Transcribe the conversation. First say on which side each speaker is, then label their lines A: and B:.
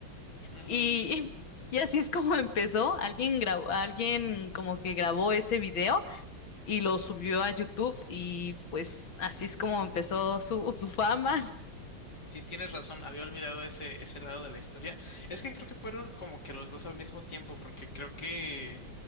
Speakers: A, on the left; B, on the left.
A: Mm,
B: Y, <laughs> y así es como empezó. Alguien grabó, alguien como que grabó ese video y lo subió a YouTube y pues así es como empezó su, <laughs> su fama,
A: sí, tienes razón, había olvidado ese, ese lado de la historia. Es que creo que fueron como que los dos al mismo tiempo, porque creo que